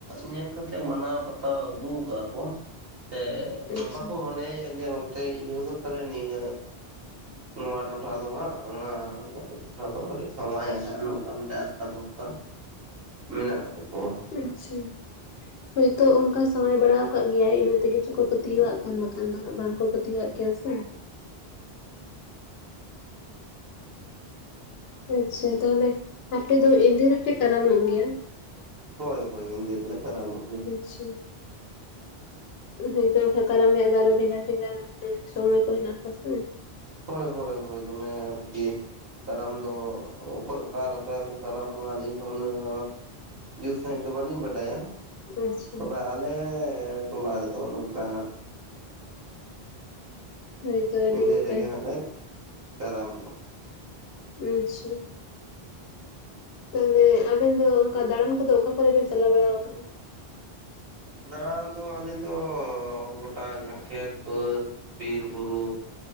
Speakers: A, on the right; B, on the left.
A: ᱧᱮᱞ ᱠᱟᱛᱮᱜ ᱢᱟᱱᱟᱣ ᱵᱟᱛᱟᱣ ᱟᱹᱜᱩ ᱟᱠᱟᱜ ᱠᱚ᱾ ᱥᱮ ᱱᱚᱝᱠᱟ
B: ᱟᱪᱪᱷᱟ
A: ᱠᱚ ᱢᱚᱱᱮᱭᱮᱫᱼᱟ ᱡᱮ ᱱᱚᱛᱮ ᱤᱭᱟᱹ ᱠᱚ ᱛᱟᱞᱮ ᱱᱤᱭᱟᱹ ᱱᱚᱣᱟ ᱴᱚᱴᱷᱟ ᱫᱚ ᱦᱟᱸᱜ ᱚᱱᱟ ᱴᱚᱴᱷᱟ ᱟ. ᱰᱤᱡ ᱥᱟᱶᱣᱟᱣ ᱟ ᱦᱟᱸᱜ ᱱᱚᱝᱠᱟ ᱢᱤᱫᱴᱟ. ᱜ ᱟᱥᱟ ᱵᱚᱨᱥᱟ᱾ ᱢᱮᱱᱟᱜ ᱟᱠᱚ ᱠᱚᱣᱟ᱾
B: ᱟᱪᱷᱟ᱾ ᱦᱳᱭᱛᱳ ᱚᱱᱠᱟ ᱥᱟᱶᱣᱟᱣ ᱵᱟᱲᱟ ᱟᱠᱟᱫ ᱜᱮᱭᱟᱭ ᱤᱱᱟᱹ ᱛᱮᱜᱮ ᱪᱚ ᱠᱚ ᱯᱟᱹᱛᱭᱟᱹᱣᱟᱜ ᱠᱟᱱ ᱵᱟᱠᱷᱟᱱ ᱫᱚ ᱦᱟᱸᱜ ᱵᱟᱝ᱾ ᱠᱚ ᱯᱟ. ᱛᱤᱭᱟᱣᱟᱜ ᱠᱮᱭᱟ ᱥᱮ᱾ ᱟᱪᱷᱟ ᱛᱟᱦᱚᱞᱮ ᱟᱯᱮ ᱫᱚ ᱮᱱᱫᱮ ᱨᱮᱯᱮ ᱠᱟᱨᱟᱢᱚᱜ ᱜᱮᱭᱟ?
A: ᱦᱳᱭ ᱦᱳᱭ ᱮᱱᱫᱮ ᱨᱮᱞᱮ ᱠᱟᱨᱟᱢᱚᱜ ᱜᱮᱭᱟ᱾
B: <inaudible> ᱦᱮ ᱛᱚ ᱠᱟᱨᱟᱢ ᱨᱮᱭᱟᱜ ᱫᱚ ᱟᱨᱚ ᱵᱷᱮᱜᱟᱨ ᱵᱷᱮᱜᱟᱨ ᱥᱚᱢᱚᱭ ᱠᱚ ᱦᱮᱱᱟᱜ ᱟᱠᱟᱥᱮ᱾
A: ᱦᱳᱭ ᱦᱳᱭ ᱦᱳᱭ ᱫᱚᱢᱮ ᱟᱨᱠᱤ ᱠᱟᱨᱟᱢ ᱫᱚ ᱚᱠᱚᱭ ᱚᱠᱟ ᱞᱮᱠᱟ ᱠᱚ ᱠᱟᱨᱟᱢᱚᱜᱼᱟ ᱟᱹᱞᱤᱧ ᱦᱚᱸ ᱚᱱᱟ ᱡᱩᱛ ᱥᱟᱺᱦᱤᱡ ᱫᱚ ᱵᱟᱹᱞᱤᱧ ᱵᱟᱰᱟᱭᱟ
B: ᱟᱪᱪᱷᱟ
A: ᱛᱚᱵᱮ ᱟᱞᱮᱻ ᱴᱚᱞᱟ ᱨᱮᱫᱚ ᱱᱚᱝᱠᱟ ᱦᱟᱸᱜ᱾
B: ᱦᱳᱭᱛᱚ ᱟᱹᱰᱤ
A: ᱤᱱᱫᱮ
B: ᱱᱟᱯᱟᱭ
A: ᱨᱮᱜᱮ ᱦᱟᱸᱜ ᱞᱮ ᱠᱟᱨᱟᱢᱚᱜᱼᱟ᱾
B: ᱟᱪᱷᱟ᱾ ᱛᱟᱦᱚᱞᱮ ᱟᱵᱮᱱ ᱫᱚ ᱚᱱᱠᱟ ᱫᱟᱬᱟᱱ ᱠᱚᱫᱚ ᱚᱠᱟ ᱠᱚᱨᱮ ᱵᱮᱱ ᱪᱟᱞᱟᱣ ᱵᱟᱲᱟ ᱟᱠᱟᱱᱟ?
A: ᱫᱟᱬᱟᱱ ᱫᱚ ᱟᱹᱞᱤᱧ ᱫᱚ ᱜᱚᱴᱟ ᱜᱮ ᱠᱷᱮᱛ ᱵᱟᱹᱫᱽ᱾ ᱵᱤᱨ ᱵᱩᱨᱩ